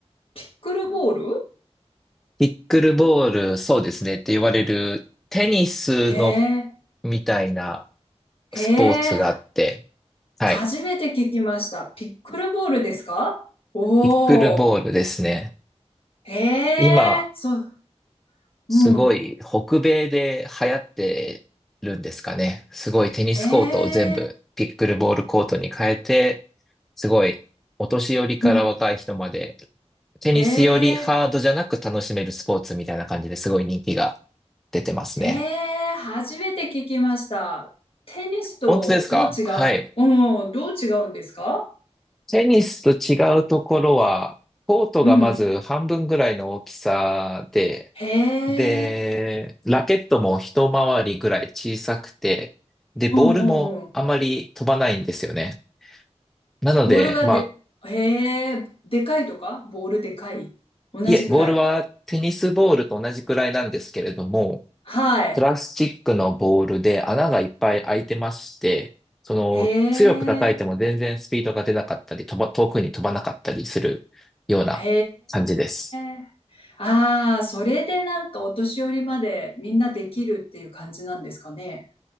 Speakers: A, on the left (about 55°); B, in the centre.
A: ピックルボール
B: ピックルボール、そうですねって言われるテニスの
A: へえ。
B: みたいな
A: へ
B: スポーツがあって、
A: え。
B: はい。
A: 初めて聞きました。ピックルボールですかおおう。
B: ピックルボールですね。
A: へえ。
B: 今、
A: そう。うん。
B: すごい北米で流行ってるんですかね。すごいテニスコートを全部ピックルボールコートに変えて、
A: へえ。
B: すごいお年寄りから若い人まで、
A: うん。
B: テニスよりハードじゃなく楽しめるスポーツみたいな感じですごい人気が
A: へえ。
B: 出てますね。
A: へえ。初めて聞きました。テニスとどう違ううん。
B: 本当ですかはい。
A: どう違うんですか
B: テニスと違うところは、コートがまず半分ぐらいの大きさで、
A: うん。へ
B: で、
A: え。
B: ラケットも一回りぐらい小さくて、で、
A: うんうんうん。
B: ボールもあまり飛ばないんですよね。なので、
A: ボールがで、
B: まあ、
A: へえ、でかいとかボールでかい。同じぐらい。
B: いえ、ボールはテニスボールと同じくらいなんですけれども、
A: はい。
B: プラスチックのボールで穴がいっぱい開いてまして、その、
A: へえ、
B: 強く叩いても全然スピードが出なかったり、飛ば、遠くに飛ばなかったりするような感じです。
A: へえ。ああ、それでなんかお年寄りまでみんなできるっていう感じなんですかね。